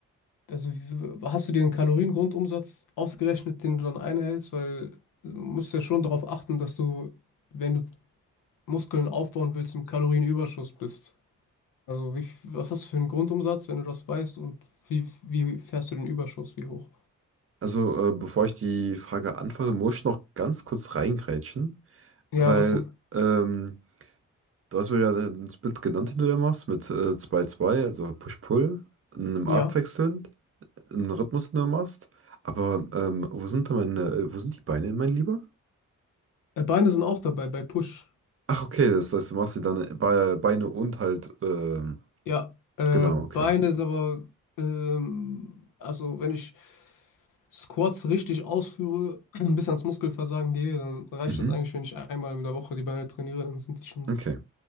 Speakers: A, on the left (about 75°); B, on the right (about 40°).
A: also wie- hast du dir einen Kaloriengrundumsatz ausgerechnet, den du dann einhältst? Weil du musst ja schon darauf achten, dass du, wenn du Muskeln aufbauen willst im Kalorienüberschuss bist. Also wie, was hast du für einen Grundumsatz, wenn du das weißt und wie, wie fährst du den Überschuss, wie hoch?
B: Also, äh, bevor ich die Frage antworte, muss ich noch ganz kurz reingrätschen,
A: Ja,
B: weil
A: was denn?
B: ähm, du hast mir ja den Split genannt, den du ja machst, mit äh, zwei, 2 also Push-Pull, einem
A: Ja,
B: Abwechseln, einen Rhythmus, den du machst. Aber ähm, wo sind da meine, äh, wo sind die Beine, mein Lieber?
A: äh, Beine sind auch dabei bei Push.
B: Ach, okay, das heißt, du machst sie dann Be Beine und halt, ähm,
A: Ja, äh,
B: genau,
A: Beine
B: okay.
A: ist aber, ähm, also wenn ich Squats richtig ausführe, <clears throat> bis ans Muskelversagen gehe, dann reicht
B: Mhm.
A: das eigentlich, wenn ich einmal in der Woche die Beine trainiere, dann sind die schon
B: Okay,